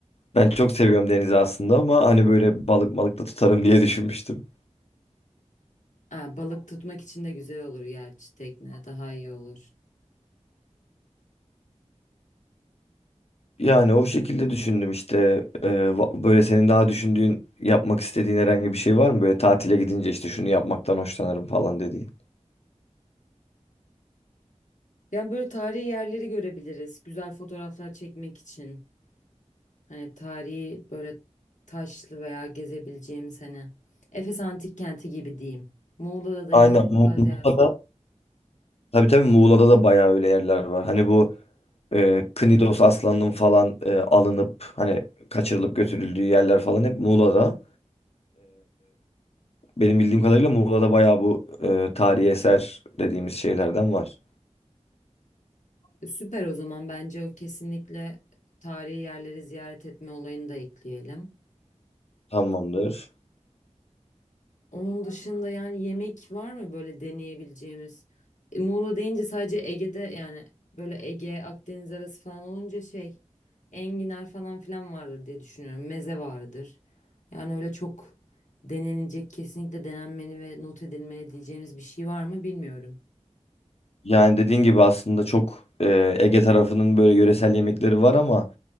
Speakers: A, on the left (about 55°); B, on the left (about 85°).
A: Ben çok seviyorum denizi aslında ama hani böyle balık malık da tutarım <laughs> diye düşünmüştüm.
B: Ha, balık tutmak için de güzel olur gerçi tekne daha iyi olur.
A: Yani o şekilde düşündüm işte Ee, va- böyle senin daha düşündüğün yapmak istediğin herhangi bir şey var mı? Böyle tatile gidince işte şunu yapmaktan hoşlanırım falan dediğin.
B: Ya böyle tarihi yerleri görebiliriz. Güzel fotoğraflar çekmek için. Hani tarihi böyle taşlı veya gezebileceğimiz hani Efes Antik Kenti gibi diyeyim. Muğla'da da
A: Aynen
B: illa
A: Mu-
B: fazla
A: Muğla'da
B: yer- var.
A: tabii tabii Muğla'da da bayağı öyle yerler var. Hani bu e, Knidos aslanının falan e, alınıp hani kaçırılıp götürüldüğü yerler falan hep Muğla'da. Benim bildiğim kadarıyla Muğla'da bayağı bu e, tarihi eser dediğimiz şeylerden var.
B: E, Süper o zaman bence o kesinlikle tarihi yerleri ziyaret etme olayını da ekleyelim.
A: Tamamdır.
B: Onun dışında yani yemek var mı böyle deneyebileceğimiz? E, Muğla deyince sadece Ege'de yani böyle Ege, Akdeniz arası falan olunca şey enginar falan filan vardır diye düşünüyorum. Meze vardır. Yani öyle çok denenecek, kesinlikle denenmeli ve not edilmeli diyeceğimiz bir şey var mı bilmiyorum.
A: Yani dediğin gibi aslında çok e, Ege tarafının böyle yöresel yemekleri var ama